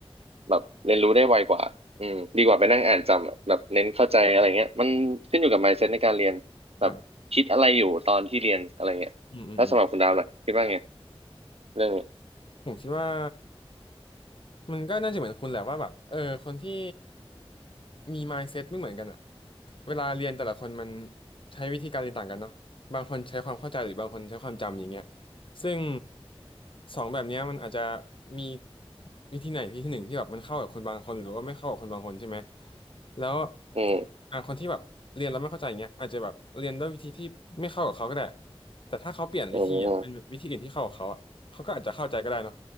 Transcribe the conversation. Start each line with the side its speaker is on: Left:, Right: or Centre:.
Right: แบบเรียนรู้ได้ไวกว่าอืมดีกว่าไปนั่งอ่านจำอะแบบเน้นเข้าใจอะไรเงี้ยมันขึ้นอยู่กับ
Left: อืม
Right: mindset ในการเรียนแบบคิดอะไรอยู่ตอนที่เรียนอะไรเงี้ยแล้วสำหรับคุณดาวน่ะคิดว่าไง
Left: ครับอืมอืมอืม
Right: เรื่องนี้
Left: ผมคิดว่า มันก็น่าจะเหมือนคุณแหละว่าแบบเออคนที่มี mindset ไม่เหมือนกันอะเวลาเรียนแต่ละคนมันใช้วิธีการเรียนต่างกันเนาะบางคนใช้ความเข้าใจหรือบางคนใช้ความจำอย่างเงี้ยซึ่งสองแบบเนี้ยมันอาจจะมีวิธีไหนวิธีหนึ่งที่แบบมันเข้ากับคนบางคนหรือว่าไม่เข้ากับคนบางคนใช่ไหมแล้ว
Right: อืม
Left: อ่าคนที่แบบเรียนแล้วไม่เข้าใจอย่างเงี้ยอาจจะแบบเรียนด้วยวิธีที่ไม่เข้ากับเขาก็ได้แต่ถ้าเขาเปลี่ยนวิธีอ่ะเป็นแบบวิธีอื่นที่เข้ากับเขาอ่ะเขาก็อาจจะเข้าใจก็ได้เนาะ
Right: อืม